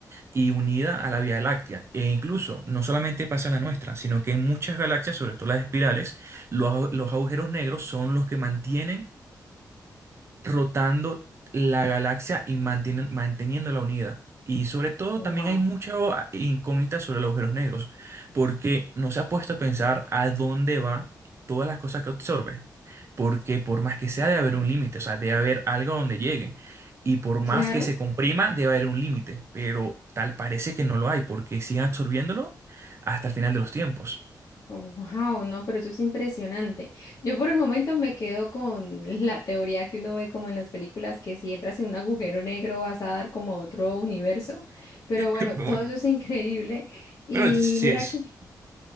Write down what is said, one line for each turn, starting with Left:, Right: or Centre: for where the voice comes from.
Right: y unida a la Vía Láctea. E incluso no solamente pasa en la nuestra, sino que en muchas galaxias, sobre todo las espirales, los, los agujeros negros son los que mantienen rotando la galaxia y mantienen- manteniéndola unida. Y sobre todo
Left: Wow.
Right: también hay mucha o- incógnita sobre los agujeros negros, porque no se ha puesto a pensar a dónde va todas las cosas que absorbe. Porque por más que sea, debe haber un límite, o sea, debe haber algo a donde llegue. Y por más
Left: Claro,
Right: que se comprima, debe haber un límite, pero tal parece que no lo hay, porque siguen absorbiéndolo hasta el final de los tiempos.
Left: wow, no, pero eso es impresionante. Yo por el momento me quedo con <laughs> la teoría que uno ve como en las películas, que si entras en un agujero negro vas a dar como a otro universo, pero
Right: <laughs>
Left: bueno, todo eso es increíble. Y
Right: Bueno, bueno, sí sí
Left: mira
Right: es,
Left: aquí,